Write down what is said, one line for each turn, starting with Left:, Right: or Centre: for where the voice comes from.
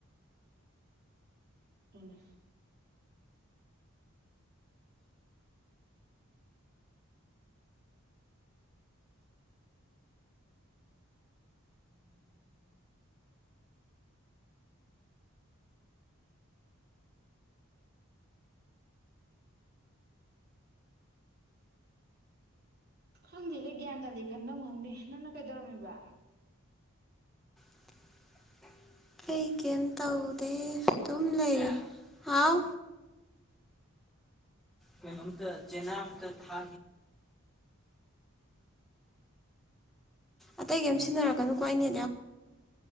Right: ꯇꯨꯅꯦ ꯈꯡꯗꯦꯗ ꯒ꯭ꯌꯥꯟ ꯇꯥꯗꯦ ꯈꯟꯗꯧ ꯈꯡꯗꯦ ꯅꯡꯅ ꯀꯩꯗꯧꯔꯝꯃꯤꯕ
Centre: <inaudible> ꯑꯩ ꯀꯔꯤꯝ ꯇꯧꯗꯦ ꯑꯗꯨꯝ ꯂꯩꯔꯤ ꯍꯥꯎ ꯀꯩꯅꯣ ꯆꯅꯥ ꯑꯃꯇ ꯊꯥ ꯑꯇꯩ ꯀꯝ ꯁꯤꯟꯅꯔꯛꯀꯅꯨꯀꯣ ꯑꯅꯤ